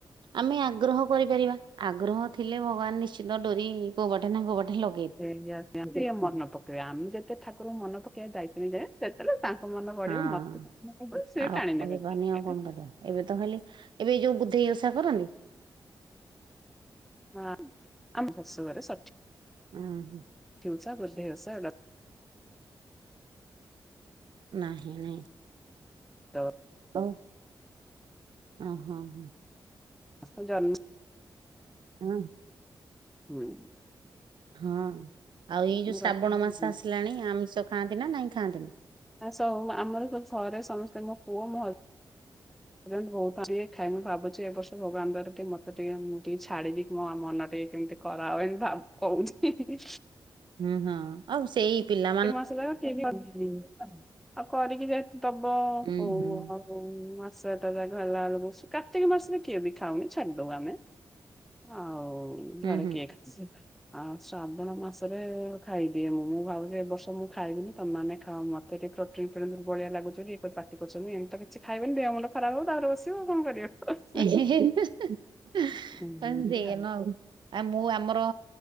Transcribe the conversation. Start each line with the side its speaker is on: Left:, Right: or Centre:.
Right: ଆମେ ଆଗ୍ରହ କରିପାରିବା ଆଗ୍ରହ ଥିଲେ ଭଗବାନ ନିଶ୍ଚିତ ଡୋରି କୋଉବାଟେ ନା କୋଉବାଟେ ଲ
Centre: ସେଇଆ ସେମିତି ମନେ ପକେଇବା ଆମେ ଯେତେ ଠାକୁରଙ୍କୁ ମନ ପ ପକେଇବା ଦାୟିତ୍ୱ ଏଇଟା ସେତେବେଳେ ତାଙ୍କ ମନ ପଡିବ
Right: ହଁ
Centre: ମତେ ସିଏ
Right: ଆଉ
Centre: ଟାଣି ନେବେ
Right: ଯିବାନି ଆଉ କଣ କରିବା ଏବେ ତ ଖାଲି ଏବେ ଯୋଉ ବୁଦ୍ଧେଇ ଓଷା କରନି
Centre: ହଁ ଆମ ଶାଶୁ କରେ ସଠି
Right: ହୁଁ ହୁଁ
Centre: ଟି ଓଷା ବୁଧେଇ ଓଷା
Right: ନାହିଁ ନାଇଁ
Centre: ତ
Right: ହଉ ଓ ହୋ ହୋ।
Centre: ଆ ଜନ୍ମ <unintelligible>
Right: ହୁଁ।
Centre: ହୁଁ।
Right: ହଁ ଆଉ ଏଇ ଯୋଉ
Centre: ମୁଁ
Right: ଶ୍ରାବଣ
Centre: ରଖୁଛି
Right: ମାସ ଆସିଲାଣି ଆମିଷ ଖାଆନ୍ତି ନା ନହିଁ ଖାଆନ୍ତିନି।
Centre: ଆ ସ ଆମର ତ ଘରେ ସମସ୍ତେ ମୋ ପୁଅ ମ ବହୁତଏ ଖାଇ ମୁ ଭାବୁଛି ଏବ ବର୍ଷ ଭଗାନ ଦ୍ାରା ଟିକେ ମତେ ଟିକେ ମୁଁ ଟିକେ ଛାଡ଼ିବି ମୋ ମନ ଟ କେମତି। କରା ହଏନ ଭାବ କହୁନି।
Right: ହୁଁ ହଁ ଆଉ ସେଇ ପିଲା।
Centre: <unintelligible> ଆଉ କରିକି ଯେତି <unintelligible>
Right: ହୁଁ ହୁଁ
Centre: କାର୍ତିକ ମାସରେ କିଏ ବି ଖାଉନି ଛାଡିଦବଉ ଆମେ। ହଉ।
Right: ହୁଁ
Centre: ଘରେ କିଏ ଖାଇ ଆଉ ଶ୍ରାବଣ ମାସରେ ଖାଇଦିଏ ମୁଁ ମୁଁ ଭାବଛି। ବର୍ଷ ମୁଁ ଖାଇବିନନି ତମାନେ ଖା ମତେ ଟେ ରୋ ଭଳିଆ ଲାଗୁ <unintelligible> ଇଏଟି କରୁଛନ୍ତିି କିଛି ଖାଇବେନି ଦେହ ଅମଳ ଖରାପ ହଉ ତାପରେ ବସିବ ଆଉ କଣ କରିବ।
Right: <unintelligible>
Centre: ଏମିତି ଆଉ
Right: ଆ ମୁଁ ଆମର